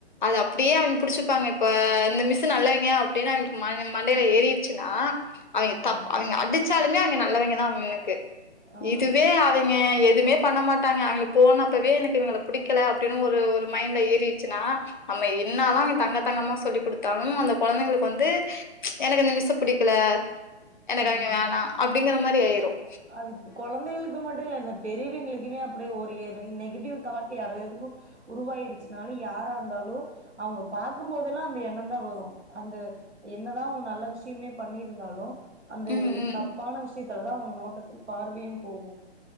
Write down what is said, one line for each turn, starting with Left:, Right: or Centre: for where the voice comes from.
Left: அது அப்படியே அவங்க புடிச்சுப்பாங்க இப்ப இந்த மிஸ்சு நல்லவங்க அப்படின்னு அவங்களுக்கு மண்டையில ஏறிடுச்சுன்னா அவங்க
Right: ம் ம்
Left: தப் அவங்க அடிச்சாலுமே அவங்க நல்லவங்க தாம் எனக்கு
Right: ஆ
Left: இதுவே அவங்க எ எதுமே பண்ண மாட்டாங்க அவங்களுக்கு போனப்பவே எனக்கு இவங்களை பிடிக்க அப்படின்னு ஒரு ஒரு மைண்ட்ல ஏறி ப்பனா நம்ம என்னாதான் தங்க தங்கமா சொல்லி கொடுத்தாலும் அந்த குழந்தைங்களுக்கு வந்து எனக்கு அந்த மிஸ்சு பிடிக்கல என்ன
Right: ம்
Left: அவங்க வேணாம் அப்படிங்கிற மாதிரி ஆயிரும்
Right: அது குழந்தைகளுக்கு மட் <unintelligible> பெரியவங்களுக்குமே அப்படியே ஒரு ஏணை நெகட்டிவ்தாட் யார் எதுகு உருவாயிருச்சுனாலு யாராருந்தாலு அவுங்க பாக்கும்போதெல்லா அந்த எண்ணம் தா வரும் அந்த என்னதா நல்ல விஷ்யமே பண்ணியிருந்தாலு அந்த
Left: ம் ம்
Right: தப்பான விஷ்யத் ததா அவுங்க நோட் பார்வையும் போகும்